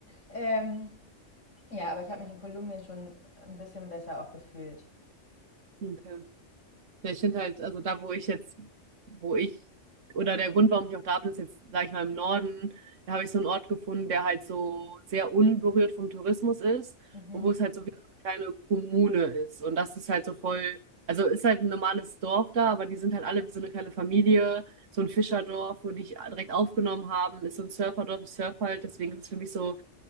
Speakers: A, on the left; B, on the right.
A: Ähm, ja, aber ich habe mich in Kolumbien schon ein bisschen besser auch gefühlt.
B: Okay. Ja, Ich finde halt, also da, wo ich jetzt, wo ich, oder der Grund, warum ich auch da bin, ist jetzt, sage ich mal, im Norden, da habe ich so einen Ort gefunden, der halt so sehr unberührt vom Tourismus ist
A: Mhm.
B: und wo es halt so wie so eine kleine Kommune ist. Und das ist halt so voll, also ist halt ein normales Dorf da, aber die sind halt alle wie so eine kleine Familie, so ein Fischerdorf, wo die dich direkt aufgenommen haben, ist so ein Surferdorf, ich surf halt, deswegen ist es für mich so